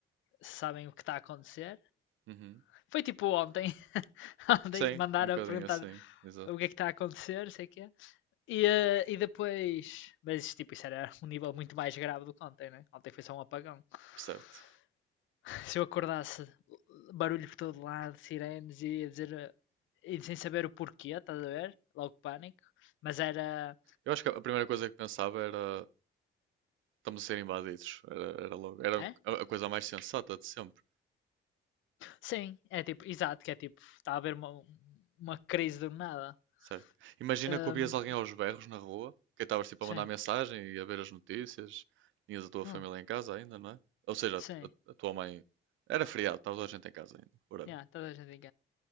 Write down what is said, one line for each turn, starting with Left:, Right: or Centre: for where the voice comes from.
Left: se sabem o que está a acontecer.
Right: Uhum.
Left: Foi tipo ontem, <laughs> ontem
Right: Sim,
Left: mandaram
Right: um bocadinho
Left: a perguntar
Right: assim, exato.
Left: o que é que está a acontecer, sei o que é. E, eh, e depois. Mas tipo, isso era um nível muito mais grave do que ontem, né? Ontem foi só um apagão. <laughs>
Right: Certo.
Left: Se eu acordasse barulho por todo lado, sirenes e ia dizer. eh, E sem saber o porquê, estás a ver? Logo pânico. Mas era.
Right: Eu acho que a primeira coisa que pensava era estamos a ser invadidos. Era, era logo, era
Left: É?
Right: a a coisa mais sensata de sempre,
Left: Sim, é tipo, exato, que é tipo, está a haver uma, um, uma crise do nada.
Right: certo? Imagina
Left: Ahm,
Right: que ouvias alguém aos berros na rua, que estavas tipo
Left: sim.
Right: a mandar mensagem e a ver as notícias, tinhas a tua
Left: Hum,
Right: família em casa ainda, não é? Ou seja,
Left: sim.
Right: a, a tua mãe. Era feriado, estava toda a gente em casa ainda, whatever.
Left: Yeah, toda a gente em